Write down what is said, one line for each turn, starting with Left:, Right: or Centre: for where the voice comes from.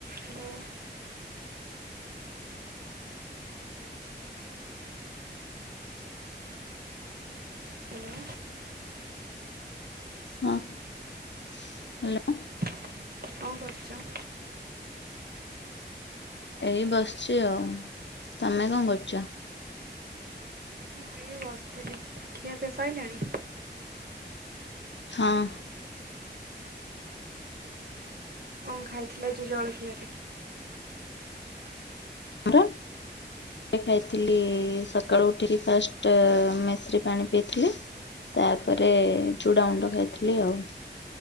Right: ହ୍ୟାଲୋ। ହ୍ୟାଲୋ।
Left: ହଁ ହ୍ୟାଲୋ।
Right: କଣ କରୁଛ?
Left: ଏଇ ବସିଛି ଆଉ ତମେ କଣ କରୁଚ?
Right: ମୁଁ ଏଇ ବସିଥିଲି। ଖିଆ ପିଆ ସରିଲାଣି?
Left: ହଁ।
Right: କଣ ଖାଇଥିଲ ଯୁ ଜଳଖିଆରେ?
Left: <unintelligible> ଖାଇଥିଲି ସକାଳୁ ଉଠି କି ଫାଷ୍ଟ୍ ମେଶ୍ରି ପାଣି ପିଇଥିଲି। ତାପରେ ଚୁଡ଼ା ଗୁଣ୍ଡ ଖାଇଥିଲି ଆଉ।